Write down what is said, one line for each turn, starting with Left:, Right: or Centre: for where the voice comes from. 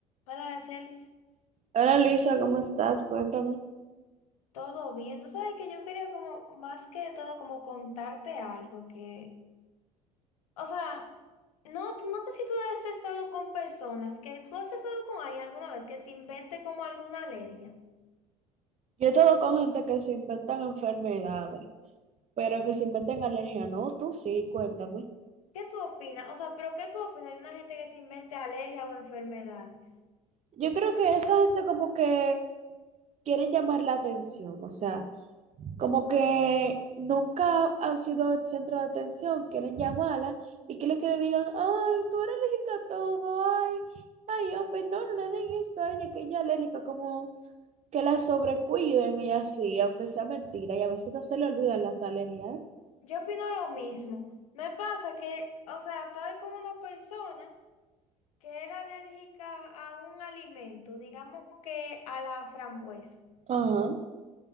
Left: Hola, Aracelis,
Right: Hola Luisa, ¿cómo estás? Cuéntame.
Left: todo bien. Tú sabes que yo quería como, más que todo, como contarte algo que, o sea, no, tú- no sé si tú has estado con personas, que tú has estado con alguien alguna vez que se invente como alguna alergia.
Right: Yo he estado con gente que se inventan enfermedades, pero que se inventan alergia. No, tú sí, cuéntame.
Left: ¿Qué tú opinas? O sea, pero ¿qué tú opinas de una gente que se invente alergia o enfermedades?
Right: Yo creo que esa gente como que quieren llamar la atención, o sea, como que nunca han sido el centro de atención, quieren llamarla y que le, que le digan, ay, tú eres alérgica a todo, ay, ay, hombre, no, no le den esto a ella, que ella es alérgica, como que la sobrecuiden y así, aunque sea mentira, y a veces hasta se le olvidan las alergias. ¿eh?
Left: Yo opino lo mismo. Me pasa que, o sea, estaba con una persona que era alérgica a un alimento, digamos que a la frambuesa.
Right: Ajá.